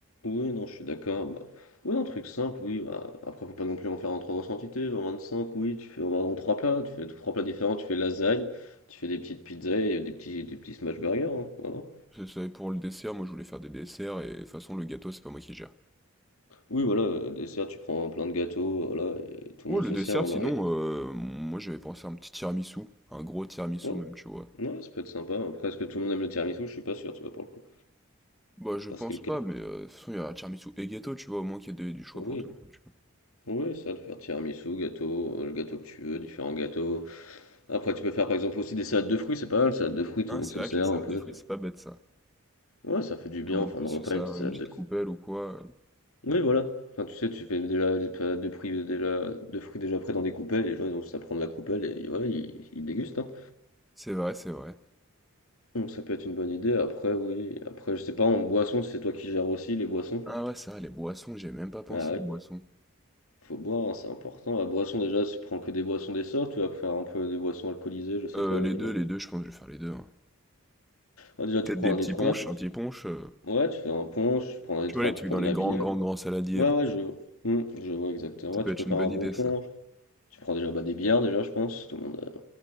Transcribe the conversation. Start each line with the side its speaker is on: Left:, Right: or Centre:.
Left: Oui, non, je suis d'accord. Bah... Oui, un truc simple, oui. Bah... Après, faut pas non plus en faire en trop grosse quantité. En 25, oui, tu fais en trois plats, tu fais trois plats différents, tu fais lasagne, tu fais des petites pizzas et des petits, des petits smash burgers. hein, voilà.
Centre: C'est ça, et pour le dessert, moi, je voulais faire des desserts, et de toute façon, le gâteau, c'est pas moi qui gère.
Left: Oui, voilà, euh, dessert, tu prends plein de gâteaux, voilà, et tout
Centre: Ouais,
Left: le monde
Centre: le
Left: se
Centre: dessert,
Left: sert. hein,
Centre: sinon,
Left: avec...
Centre: euh, moi, j'avais pensé à un petit tiramisu, un gros tiramisu
Left: ouais,
Centre: même, tu vois.
Left: ouais, ça peut être sympa. Après, est-ce que tout le monde aime le tiramisu? Je suis pas sûr, tu vois, pour le coup.
Centre: Bah, je
Left: Parce
Centre: pense
Left: que le café.
Centre: pas, mais euh, de toute façon, il y a tiramisu et gâteau, tu vois, au moins qu'il y a de- du choix
Left: Oui,
Centre: pour tout le monde, tu vois.
Left: oui, ça, de faire tiramisu, gâteau, euh, le gâteau que tu veux, différents gâteaux. Après, tu peux faire par exemple aussi des salades de fruits, c'est pas mal, salade de fruits, tout
Centre: Ah,
Left: le monde
Centre: c'est
Left: se
Centre: vrai
Left: sert
Centre: que les salades
Left: un peu.
Centre: de fruits, c'est pas bête, ça.
Left: Ouais, ça fait du bien
Centre: Tout le
Left: en
Centre: monde
Left: fin
Centre: puisse
Left: de repas,
Centre: se servir
Left: une petite salade
Centre: une petite
Left: de.
Centre: coupelle ou quoi. euh.
Left: Oui, voilà. Enfin, tu sais, tu fais déjà des salades de fruits déjà, de fruits déjà prêts dans des coupelles, les gens ils ont juste à prendre la coupelle et voilà, ils, ils dégustent. hein.
Centre: C'est vrai, c'est vrai.
Left: Donc ça peut être une bonne idée. Après, oui. Après, je sais pas, en boisson, si c'est toi qui gères aussi les boissons.
Centre: Ah ouais, c'est vrai, les boissons, j'ai même pas pensé
Left: Ah oui,
Centre: aux boissons.
Left: faut boire, hein, c'est important. La boisson, déjà, tu prends que des boissons des sorts, tu vas faire un peu des boissons alcoolisées, je sais
Centre: Euh,
Left: pas,
Centre: les
Left: dis-moi.
Centre: deux, les deux, je pense que je vais faire les deux. hein.
Left: Ah, déjà, tu
Centre: Peut-être
Left: prends
Centre: des
Left: l'indétrônable,
Centre: petits ponches,
Left: tu prends-
Centre: un petit punch. euh,
Left: Ouais, tu fais un punch, tu prends l'indétrônable,
Centre: tu vois, les trucs
Left: tu prends
Centre: dans
Left: de
Centre: les
Left: la
Centre: grands,
Left: bière.
Centre: grands, grands saladiers,
Left: Ouais,
Centre: là.
Left: ouais, je, vois. Hmm, je vois exactement.
Centre: Ça
Left: Ouais,
Centre: peut
Left: tu
Centre: être
Left: peux faire
Centre: une bonne
Left: un bon
Centre: idée,
Left: pont.
Centre: ça.
Left: Tu prends déjà bah, des bières, déjà, je pense. Tout le monde a